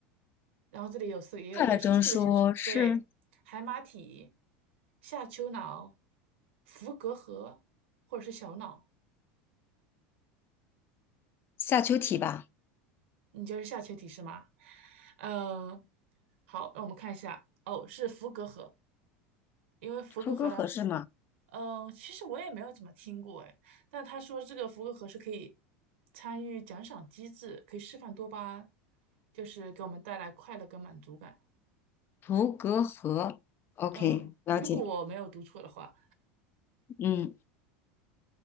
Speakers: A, on the right (about 80°); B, on the left (about 35°).
A: 然后这里有四，也有也是四个选项，
B: 快乐中说是
A: 对，海马体、下丘脑、伏隔核或者是小脑，
B: 下丘体吧？
A: 你就是下丘体是吗？嗯、好，让我们看一下，哦，是伏隔核，因为伏隔核呢，
B: 图格河是吗？
A: 嗯，呃其实我也没有怎么听过哎，但他说这个福克盒是可以参与奖赏机制，可以释放多巴胺，就是给我们带来快乐跟满足感。
B: 图格河，OK，
A: 嗯，
B: 了解。
A: 如果我没有读错的话，
B: 嗯，